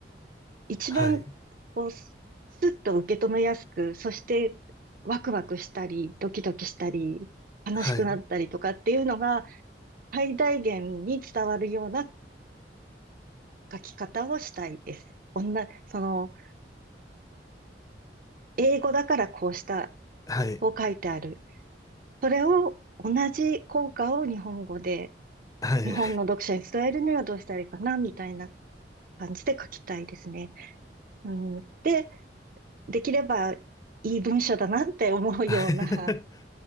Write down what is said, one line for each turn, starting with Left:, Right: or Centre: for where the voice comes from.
Right: 一番
Left: はい。
Right: こう、ススッと受け止めやすく、そしてワクワクしたり、ドキドキしたり、悲しくなったりとかっていうのが
Left: はい。
Right: 最大限に伝わるような書き方をしたいです。女、その、英語だからこうした
Left: はい。
Right: を書いてある。それを同じ効果を日本語で、
Left: はい。
Right: 日本の読者に伝えるにはどうしたらいいかな、みたいな感じで書きたいですね。うん、で、できればいい文章だなって思うような
Left: <laughs>